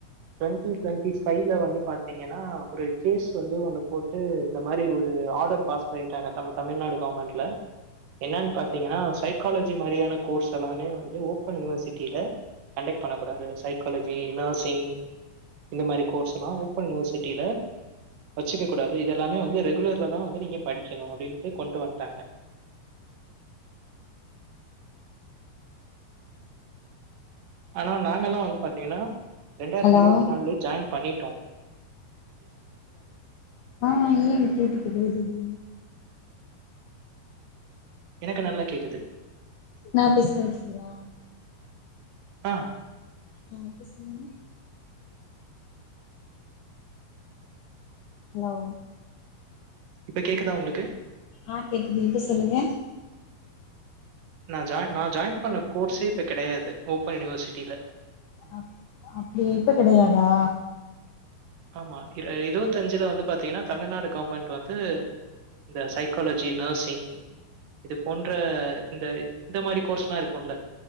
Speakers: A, on the right; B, on the left.
A: டுவெண்டி டுவெண்டி ஃபைவ்ல வந்து பாத்தீங்கன்னா ஒரு கேஸ் வந்து ஒண்ணு போட்டு இந்த மாரி ஒரு ஆர்டர் பாஸ் பண்ணிட்டாங்க நம்ம தமிழ்நாடு கவர்மெண்ட்ல என்னன்னு பாத்தீங்கன்னா சைக்காலஜி மாரியான கோர்ஸ் எல்லாமே வந்து ஓப்பன் யுனிவர்சிட்டியில கண்டக்ட் பண்ணக்கூடாது சைக்காலஜி நர்சிங் இந்த மாரி கோர்ஸ் எல்லாம் ஓப்பன் யுனிவர்சிட்டியில வச்சுக்க கூடாது இததுெல்லாமே வந்து ரெகுலர் தான் வந்து நீங்க படிக்கணும் அப்படின்ட்டு கொண்டு வந்ட்டாங்க ஆனா நாங்க எல்லாம் வந்து பாத்தீங்கன்னா ரெண்டாயிரத்தி
B: ஹலோ
A: இருபத்தி நாலுலய ஜாயின் பண்ணி ட்டோம்
B: ஆஹ் ஆஹ் கேக்குது கேக்குது
A: எனக்கு நல்லா கேக்குது
B: நான் பேசுறது கேக்குதா
A: ஆஹ்
B: ஆஹ்ப்ப சொல்லுங்க ஹலோ
A: இப்ப கேக்குதா உங்ளுக்
B: ஆஹ் கேக்குது இப்ப சொல்லுங்க
A: நான் ஜாயின் நான் ஜாயின் பண்ண கோர்ஸே இப்ப கெடையாது ஓப்பன் யூனிவர்சிட்டியில
B: ஆஹ் அப்படி இப்ப கிடையாதா
A: ஆமா இருபத்த அஞ்சுல வந்து பாத்தீங்கன்னா தமிழ்நாடு கவர்மெண்ட் வந்து இந்த சைக்காலஜி நர்சிங் இது போன்ற இந்த இந்த மாரி கோர்ஸ்ல்லாம் இருக்கும்ல